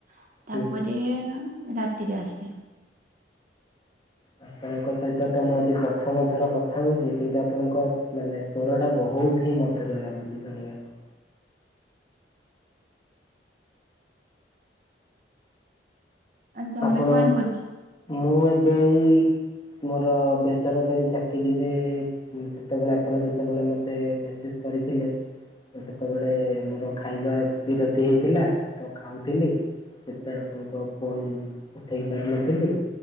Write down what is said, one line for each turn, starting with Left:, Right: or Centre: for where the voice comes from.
Right: ତାପରେ
Left: ହୁଁ।
Right: ରାତିରେ ଆସେ।
Left: ଆପଣଙ୍କ ସହିତ ତ ମୁଁ ଆଜି ପ୍ରଥମ ଥର କଥା ହଉଛି କିନ୍ତୁ ଆପଣଙ୍କ ମାନେ ସ୍ଵର ଟା ବହୁତ। ବହୁତ ହିଁ ମଧୁର ଲାଗୁଛି ଶୁଣିବାକୁ।
Right: ଆଉ ତମେ
Left: ଆପଣ
Right: କଣ କରୁଛ?
Left: ମୁଁ ଏବେଇ ମୋର ବେସରକାରୀ ଚାକିରିରେ ସେତେବେଳେ ଆପଣ ଯେତେବେଳେ ମତେ ମେସେଜ କରିଥିଲେ। ସେତେବେଳେ ଆମର ଖାଇବା ବିରତି ହେଇଥିଲା ତ ଖାଉଥିଲି। ସେପାଇଁ ଆପଣଙ୍କ ଫୋନ ଉଠେଇ ପାରିନଥିଳୀ।